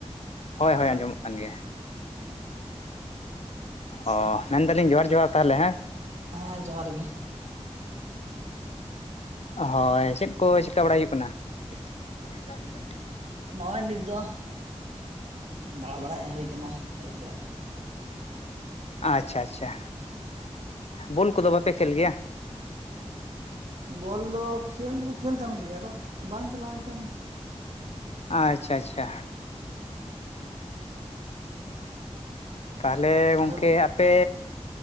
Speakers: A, on the left; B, on the right.
A: ᱦᱳᱭ ᱦᱳᱭ
B: ᱠᱟᱱᱟ
A: ᱟᱸᱡᱚᱢᱚᱜ ᱠᱟᱱ ᱜᱮᱭᱟ
B: ᱟᱪᱪᱷᱟ
A: ᱚ ᱢᱮᱱᱫᱟᱞᱤᱧ ᱡᱚᱦᱟᱨ ᱡᱚᱦᱟᱨ ᱛᱟᱦᱚᱞᱮ ᱦᱮᱸ
B: ᱦᱮᱸ ᱡᱚᱦᱟᱨ ᱜᱮ
A: ᱦᱳᱭ ᱪᱮᱫ ᱠᱚ ᱪᱤᱠᱟᱹ ᱵᱟᱲᱟᱭ ᱦᱩᱭᱩᱜ ᱠᱟᱱᱟ?
B: <inaudible>
A: <unintelligible>
B: ᱱᱚᱜᱼᱚᱭ ᱱᱤᱛ ᱫᱚ ᱫᱟᱬᱟ ᱵᱟᱲᱟ ᱦᱮᱡ ᱦᱩᱭ ᱟᱠᱟᱱᱟ ᱟᱹᱭᱩᱵ ᱵᱮᱲᱟ ᱛᱚ
A: ᱟᱪᱪᱷᱟ ᱟᱪᱪᱷᱟ ᱵᱚᱞ ᱠᱚᱫᱚ ᱵᱟᱯᱮ ᱠᱷᱮᱞ ᱜᱮᱭᱟ?
B: ᱵᱚᱞ ᱫᱚ ᱠᱷᱮᱞ ᱫᱚᱠᱚ ᱠᱷᱮᱹᱞ ᱠᱟᱱ ᱜᱮᱭᱟ ᱟᱫᱚ ᱵᱟᱝ ᱪᱟᱞᱟᱣ ᱦᱩᱭ ᱠᱟᱱᱟ᱾
A: ᱟᱪᱪᱷᱟ ᱟᱪᱪᱷᱟ ᱛᱟᱦᱚᱞᱮ ᱜᱚᱢᱠᱮ
B: ᱟᱫᱚ
A: ᱟᱯᱮ